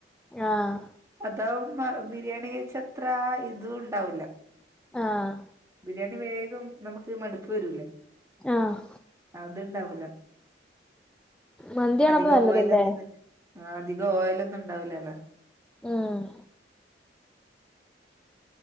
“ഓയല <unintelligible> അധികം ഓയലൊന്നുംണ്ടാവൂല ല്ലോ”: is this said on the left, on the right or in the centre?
Right